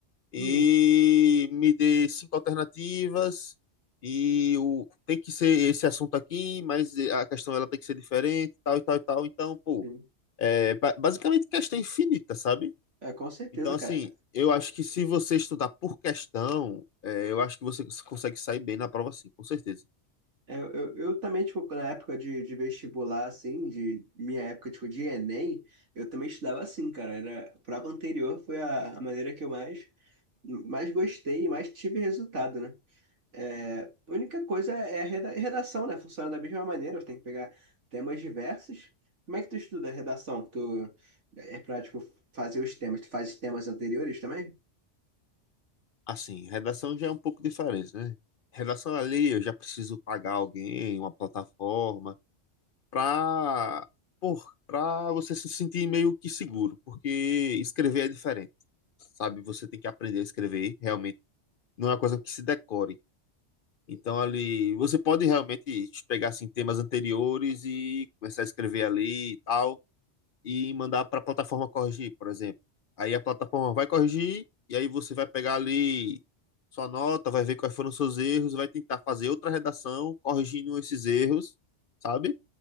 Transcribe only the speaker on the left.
e
me dê cinco alternativas e o tem que ser esse assunto aqui, mas a questão ela tem que ser diferente, tal e tal e tal. Então, pô,
é ba- basicamente questão infinita, sabe?
Então, assim,
eu acho que se você estudar por questão, é, eu acho que você consegue sair bem na prova, sim, com certeza.
Assim, redação já é um pouco diferente, né? Redação ali, eu já preciso pagar alguém, uma plataforma, pra, por, pra você se sentir meio que seguro, porque escrever é diferente, sabe? Você tem que aprender a escrever, realmente. Não é uma coisa que se decore. Então, ali, você pode realmente pegar, assim, temas anteriores e começar a escrever ali e tal. e mandar para a plataforma corrigir, por exemplo. Aí a plataforma vai corrigir e aí você vai pegar ali sua nota, vai ver quais foram os seus erros, vai tentar fazer outra redação corrigindo esses erros, sabe?